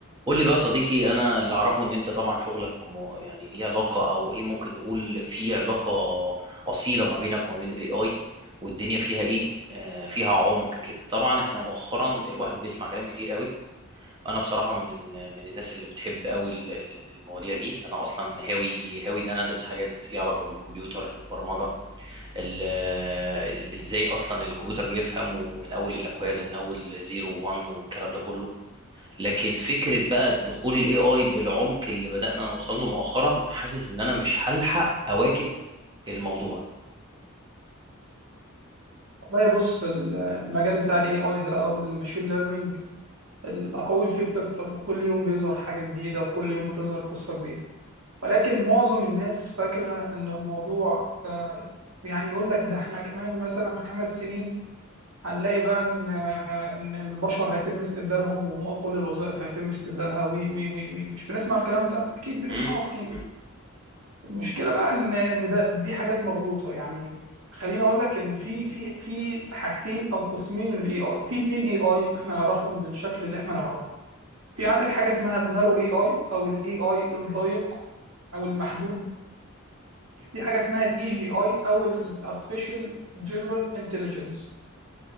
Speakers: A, on the right; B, on the right.
A: قول لي بقى صديقي انا اللي اعرفه ان انت طبعا شغلك م- يعني ليه علاقه او ايه ممكن نقول في علاقه اصيله ما بينك وما بين الاي اي والدنيا فيها ايه آه فيها عمق كده طبعا احنا مؤخرا الواحد بيسمع كلام كتير قوي انا بصراحه من من الناس اللي بتحب قوي ال- ال- المواضيع دي انا اصلا هاوي هاوي ان انا ادرس حاجات ليها علاقه بالكمبيوتر البرمجه ال- ال- ازاي اصلا الكمبيوتر بيفهم ومن اول الاكواد ومن اول زيرو وان والكلام ده كله لكن فكرة بقى دخول الاي اي بالعمق اللي بدأنا نوصل له مؤخرا حاسس ان انا مش هلحق اواكب الموضوع
B: لا بص ال- المجال بتاع الاي اي ده والماشين ليرنينج الاقاويل فيه بتكتر وكل يوم بيظهر حاجه جديده وكل يوم بتظهر قصه جديده ولكن معظم الناس فاكره ان الموضوع آه، يعني يقول لك ده احنا كمان مثلا خمس سنين هنلاقي بقى ان آه، ان البشر هيتم استبدالهم وكل الوظائف هيتم استبدالها وي وي وي وي مش بنسمع الكلام ده اكيد بنسمعه
A: مم،
B: كتير
A: مم،
B: المشكله بقى ان ان ده دي حاجات مغلوطه يعني خليني اقول لك ان في في في حاجتين او قسمين من الاي اي في اتنين اي اي احنا نعرفهم بالشكل اللي احنا نعرفه في
A: مم،
B: عندك حاجه اسمها النارو اي اي او الاي اي الضيق او المحدود في حاجه اسمها الاي جي اي او الارتفيشال جنرال انتليجنس